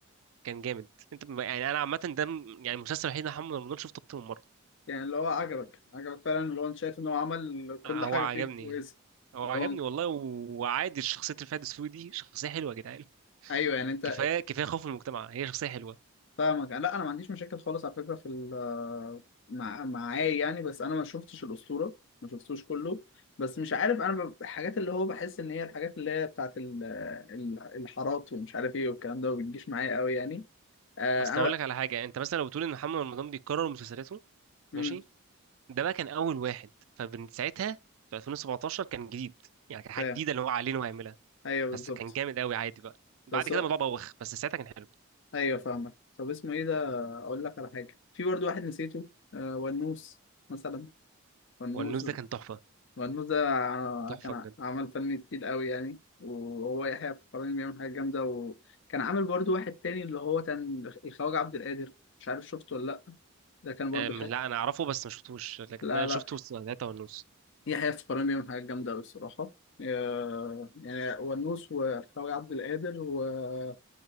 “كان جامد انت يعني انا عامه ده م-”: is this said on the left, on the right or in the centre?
Right